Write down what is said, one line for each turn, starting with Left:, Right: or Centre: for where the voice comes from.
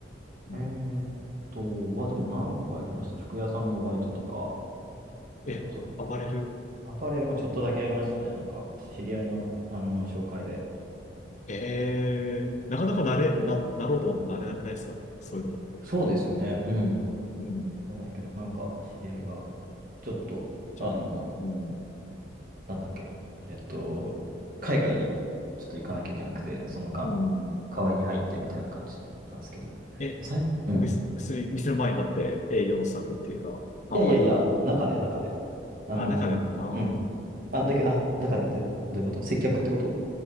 Left: ん
Right: えーっと、あ、でも何個かやりました。服屋さんのバイトとか、それこそ、
Left: え、アパレル
Right: アパレルもちょっとだけやりましたね。なんか、知り合いの、あの、紹介で。
Left: ええなかなかなれ、な、なろうと思ってなれなくないですかそういうことって。
Right: そうですよね。うん。
Left: うん。
Right: あれないけど、なんか、知り合いが、ちょっと、
Left: じゃあ、
Right: あの、
Left: うん。
Right: なんだっけ、えっと、海外にちょっと行かなきゃいけなくて、その間、
Left: うん。
Right: 代わりに入ってみたいな感じでやったんですけど。
Left: え、
Right: さいうん。
Left: お店、薬店の前に立って営業のスタッフっていうか、販売の、
Right: いやいやいや、中で、中で。あの、
Left: あ、中で、ああ、
Right: うん。あ、だけ、あ、中でってどういうこと接客ってこと